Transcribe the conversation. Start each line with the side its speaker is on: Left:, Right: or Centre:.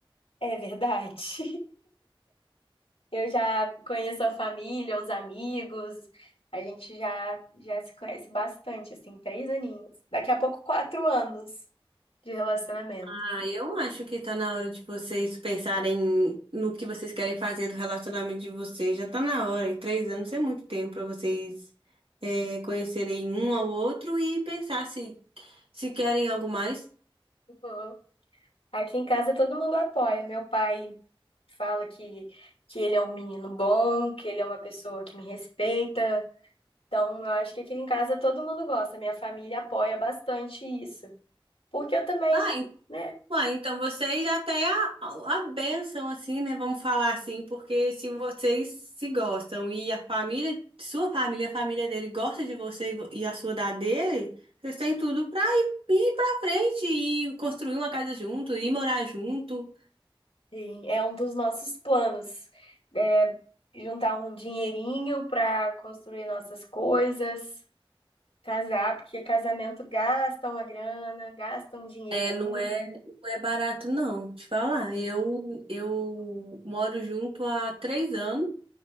Left: é verdade. Eu já conheço a família, os amigos, a gente já, já se conhece bastante, assim, três aninhos. Daqui a pouco, quatro anos de relacionamento.
Right: Ah, eu acho que tá na hora de vocês pensarem no que vocês querem fazer do relacionamento de vocês. Já tá na hora, e três anos é muito tempo pra vocês é, conhecerem um ao outro e pensar se, se querem algo mais.
Left: Uhum. Aqui em casa todo mundo apoia. Meu pai fala que, que ele é um menino bom, que ele é uma pessoa que me respeita. Então, eu acho que aqui em casa todo mundo gosta. Minha família apoia bastante isso. Porque eu também,
Right: Ah,
Left: né?
Right: Ué, então vocês já têm a, a bênção, assim, né? Vamos falar assim, porque se vocês se gostam e a família, sua família, a família dele gosta de você e vo- e a sua da dele, vocês têm tudo pra ir, ir pra frente e construir uma casa junto, e morar junto.
Left: Sim, é um dos nossos planos. É juntar um dinheirinho para construir nossas coisas, casar, porque casamento gasta uma grana, gasta um dinheirinho.
Right: É, não é, não é barato, não, te falar. Eu, eu moro junto há três anos